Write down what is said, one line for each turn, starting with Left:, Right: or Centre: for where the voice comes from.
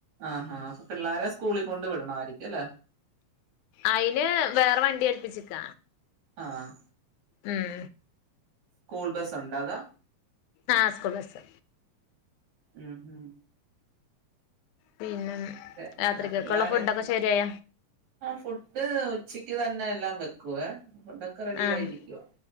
Right: ആഹാ അപ്പൊ പിള്ളാരെ സ്കൂളി കൊണ്ട് വിടണമായിരിക്കുല്ലെ
Left: അയിന് വേറെ വണ്ടി ഏൽപ്പിച്ചിക്ക
Right: ആഹ്
Left: ഉം
Right: സ്കൂൾ ബസ് ഉണ്ടാ അതാ
Left: ആഹ് സ്കുള് ബസ്
Right: ഉം ഉം
Left: പിന്നെ
Right: പിന്നെ
Left: രാത്രിക്കൊക്കള്ള
Right: പിള്ളേരെ
Left: ഫുഡൊക്കെ ശരിയായ
Right: ആ ഫുഡ് ഉച്ചക്ക് തന്നെ എല്ലാം വെക്കുവേ ഫുഡ് ഒക്കെ റെഡി
Left: ആഹ്
Right: ആയിരിക്കുവ